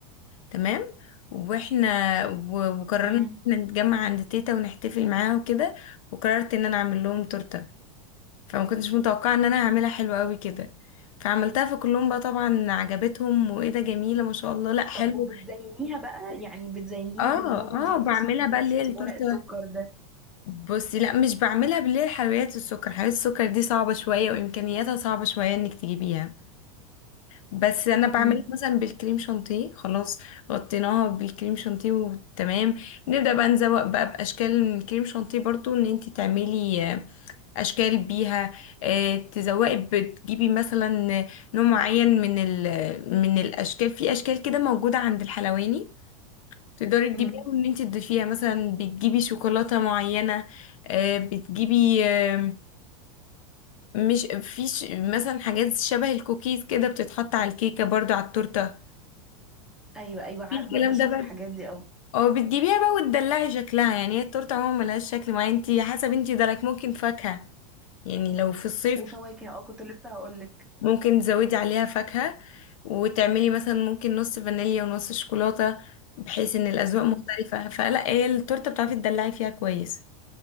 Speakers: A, on the left; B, in the centre.
A: تمام واحنا و- وقررنا
B: امم
A: إن احنا نتجمع عند تيتا ونحتفل معاها وكده وقررت ان انا اعمل لهم تورته فما كنتش متوقعه ان انا هعملها حلوه قوي كده فعملتها في كلهم بقى طبعا عجبتهم وايه ده جميله ما شاء الله لا حلو
B: طب وبتزينيها بقى يعني بتزينيها
A: اه
B: باللي هو مش عارفة
A: اه بعملها
B: اسمه
A: بقى
B: ايه
A: اللي هي التورته
B: ورق السكر ده
A: بصي لا مش بعملها باللي هي حلويات السكر حلويات السكر دي صعبه شويه وامكانياتها صعبه شويه انك تجيبيها بس انا بعملها
B: امم
A: مثلا بالكريم شانتيه خلاص غطيناها بالكريم شانتيه وتمام نبدا بقى نزوق بقى باشكال من الكريم شانتيه برضو ان انت تعملي اشكال بيها آه، تزوقي بتجيبي مثلا نوع معين من ال من الاشكال في اشكال كده موجوده عند الحلواني تقدري تجيبيها
B: امم
A: وان انت تضيفيها مثلا بتجيبي شوكولاته معينه آه، بتجيبي آه، مش في ش- مثلا حاجات شبه الكوكيز كده بتتحط على الكيكه برضو على التورته
B: ايوه ايوه عارفة
A: في الكلام
B: بشوف
A: ده بقى
B: الحاجات دي او
A: اه بتجيبيها بقى وتدلعي شكلها يعني هي التورته عموما ملهاش شكل معين انت حسب انت درك ممكن فاكهه يعني لو في الصيف
B: وفواكه اه كنت لسه هقولك
A: ممكن تزودي عليها فاكهة وتعملي مثلا ممكن نص فانيليا ونص شوكولاتة بحيث ان الأذواق مختلفة فلا هي التورتة بتعرفي تدلعي فيها كويس